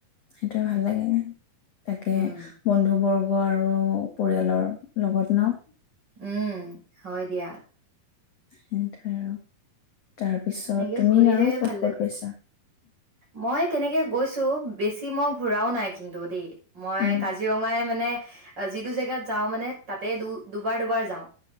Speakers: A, on the left (about 50°); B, on the right (about 25°).
A: সেইটোয়ে ভাল লাগে তাকে
B: উম
A: বন্ধু বৰ্গ আৰু পৰিয়ালৰ লগত ন
B: উম হয় দিয়া
A: সেইটোৱে আৰু তাৰ পিছত
B: এনেকে
A: তুমি
B: ঘূৰিলে
A: আৰু ক'ত
B: ভাল লাগে
A: ক'ত গৈছা
B: মই তেনেকে গৈছো বেছি মই ঘুৰাও নাই কিন্তু দেই মই
A: উম,
B: কাজিৰঙাই মানে যিটো জেগাত যাওঁ মানে তাত তাতে দুবাৰ দুবাৰ যাওঁ